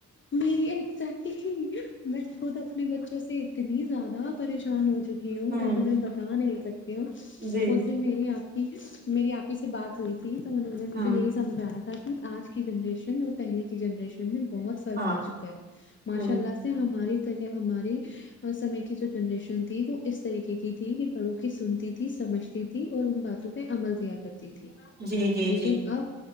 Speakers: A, on the left; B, on the right.
A: میری ایگزیکٹلی میں خود اپنی بچوں سے اتنی زیادہ پریشان ہوتی چکی ہوں
B: ہ
A: میں تمہیں بتا نہیں سکتی ہوں اس
B: جی
A: دن میری آپ کہ میری آپ ہی سے بات ہوئی تھی تو انہوں نے مجھے
B: ہ
A: یہی سمھایا تھا تاک آج کی جنریشن اور پہل کی جنریشن میں بہت کھا
B: ہاں
A: چکا ہے ماشاء
B: ہ
A: اللہ سے ہماری تو ہماراری سمے کی جو جنریشن تھی وہ اس طریقے کی تھی کہ پڑوں کی سنتی تھی سمجھتی تھی اور ان باتوں پہ عمل کیا کرتی تھی
B: جی جی
A: لیکن
B: جی
A: اب